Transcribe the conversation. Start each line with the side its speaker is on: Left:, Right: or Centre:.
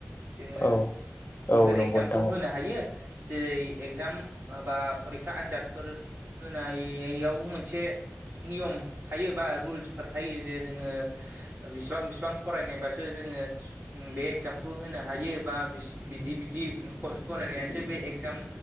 Right: जोऔङो
Left: औ
Right: बेफोर
Left: औ नंगौ
Right: एगजामखौ
Left: नोंथां औ
Right: होनो हायो। जेरै एगजाम बा फरिखा आन्जादफोर होनायाव मोनसे नियम थायो बा रुल्सफोर थायो जे जोङो बिसिबां बिसिबां फरायनायबासो जोङो उ बे एगजामखौ होनो हायो बा बिस-बिदि बिदि कर्स फरायनासो बे एगजाम